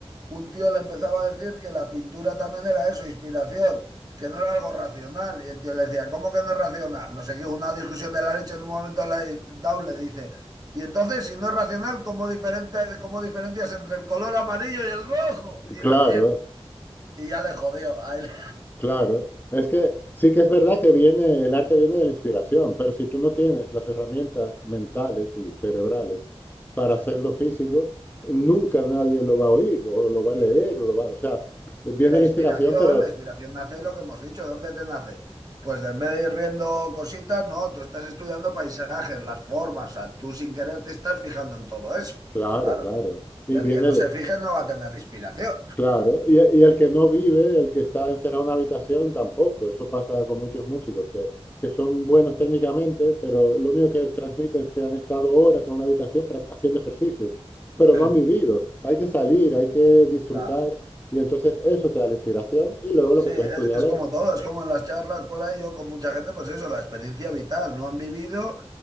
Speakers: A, on the right; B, on the left.
A: un tío le empezaba a decir que la pintura también era eso, inspiración, que no era algo racional. Y el tío le decía, ¿cómo que no es racional? No sé qué, una discusión de la leche en un momento la Dow le dice, y entonces, si no es racional, ¿cómo, diferente, cómo diferencias entre el color amarillo y el rojo? Y,
B: Claro,
A: la- y- y ya le jodió. ahí él.
B: claro. Es que sí que es verdad que viene, el arte viene de la inspiración, pero si tú no tienes las herramientas mentales y cerebrales
A: <laughs>
B: para hacerlo físico, nunca nadie lo va a oír o lo va a
A: Sí.
B: leer, o, lo va, o sea, viene
A: Y la
B: la
A: inspiración,
B: inspiración, pero
A: la inspiración nace de lo que hemos dicho, ¿de dónde te nace? Pues de en vez de ir viendo cositas, no, tú estás estudiando paisajes, las formas, o sea, tú sin querer te estás fijando en todo eso.
B: claro,
A: Claro,
B: claro. Y
A: el
B: viene
A: que no
B: de,
A: se fije no va a tener inspiración.
B: Claro, y, y el que no vive, el que está encerrado en una habitación, tampoco. Eso pasa con muchos músicos que, que son buenos técnicamente, pero lo único que transmiten es que han estado horas en una habitación prac- haciendo ejercicios, pero
A: <laughs>
B: no han vivido. Hay que salir, hay que disfrutar,
A: Claro.
B: y entonces eso te da la inspiración y luego
A: Sí,
B: lo que tú
A: es,
B: has estudiado.
A: es como todo, es como en las charlas por ahí, yo con mucha gente, pues eso, la experiencia vital, no han vivido